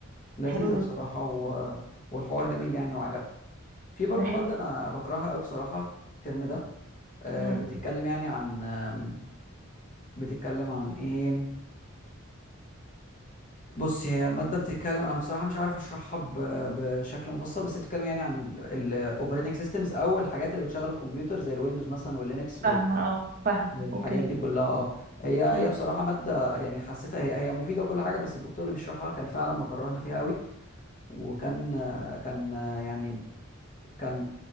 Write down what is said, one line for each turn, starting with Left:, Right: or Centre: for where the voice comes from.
Left: لذيذة
Right: ده حلو جدا
Left: بصراحة و... والحوار جميل يعني وعجبني في برضو
Right: ده حلو
Left: مادة أنا بكرهها قوي بصراحة الترم ده آه،
Right: امم
Left: بتتكلم يعني عن آم، بتتكلم عن إيه بص هي المادة بتتكلم أنا بصراحة مش عارف أشرحها ب... بشكل مفصل بس هي بتتكلم يعني عن الأوبريتنج سيستمز أو الحاجات اللي بتشغل الكمبيوتر زي الويندوز مثلا واللينكس
Right: فاهمة اه فاهمة
Left: الحاجات
Right: اوكي
Left: دي كلها اه هي
Right: امم
Left: هي بصراحه ماده يعني حسيتها هي هي مفيده وكل حاجه بس الدكتور اللي بيشرحها كان فعلا مكرهنا فيها قوي وكان كان يعني كان